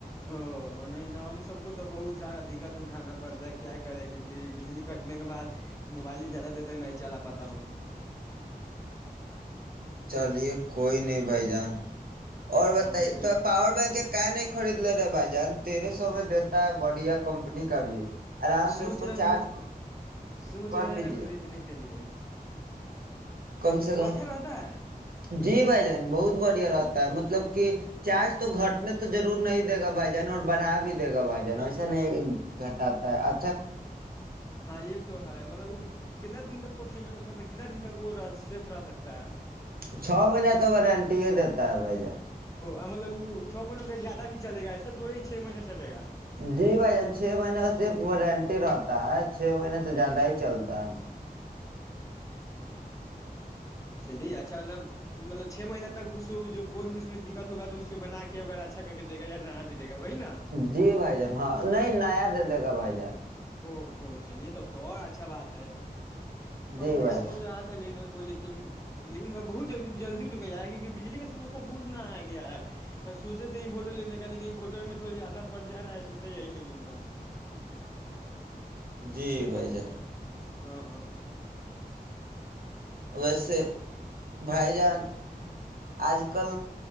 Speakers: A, on the left; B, on the right.
A: او نہیں تو ہم سب کو تو بہت سارا دقت اٹھانا پڑتا ہے کیا کرے کیونکہ بجلی کٹنے کے بعد موبائل ہی زیادہ دیر تک نہیں چلا پاتا ہوں
B: چلیے کوئی نہیں بھائی جان اور بتائیے
A: ہاں
B: تو پاور بینک ایک <unintelligible> خرید لے رہے بھائی جان تیرہ سو میں دیتا ہے بڈیا کمپنی کا بھی آرام سے
A: سوچ
B: اس کو
A: رہے
B: چارج
A: تھے سوچ
B: کر
A: رہے
B: لیجے
A: تھے خریدنے کے لیے
B: کم سے کم
A: وہ اچھا رہتا ہے
B: جی بھائی جان بہت بڑھیا رہتا مطلب کہ چارج تو گھٹنے تو رور نہیں دے گا بھائی جان اور بڑھا بھی دے گا بھائی جان ایسا نہیں گٹاتا ہے اھ
A: ہاں یہ تو ہے مطلب وہ کتنا دن تک پ مطلب کتنا دن تک وہ سیف رہ سکتا ہے
B: چھ مہینہ تو وارنٹی ہی دیتا ہے بھائی جان
A: ا مطلب وہ چو مہینوں کا زیادہ بھی چلے گا اسسر تھوڑ ہی چھ مہینہ چلے گا
B: جی بھائی جان چھ مہینے کا صرف وہ رینٹی رہتا ہے چھ مہینہ سے
A: او
B: زیادہ ہی چلتا ہے
A: نہیں اچھا مطلب مطلب چھ مہینہ تک اس کو جو کوئی بھی اس میں دقت ہوگا تو اس کے بنا کے اگر اچھا کر کے دے گا یا دے گا وہی نا
B: جی بھائی جان ہاں نہیں نیا دے دے گا بائی جان جان
A: او ہو چلیے توب تو اور اچھا بات ہے ہم
B: جی بھائی
A: بھی سوچ رہا تھا لینے کو لیکن لوں گا بہت جلدی لے کے جائے گی بجلی کا سموسہ گود نہ اگیا ہے سوچے تو امپورٹڈ لینے کا لیکن فوٹو میں تھوڑا زیادہ پڑ جا رہا ہے سوچا یہی لے لوں گا
B: جی
A: اس سے
B: بھائی
A: تو اچھا
B: جان
A: ہے ہاں ہاں
B: ویسے بھائی جان اج کل